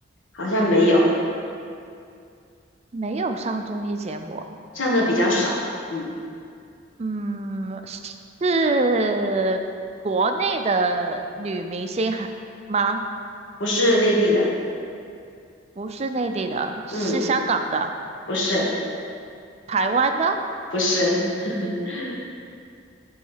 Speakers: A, on the left (about 75°); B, on the right (about 30°).
A: 好像没有，
B: 没有上综艺节目，
A: 上的比较少，嗯，
B: 嗯，是国内的女明星还吗？
A: 不是内地的，
B: 不是内地的，是香港的，
A: 嗯，不是，
B: 台湾的。
A: 不是，<laughs>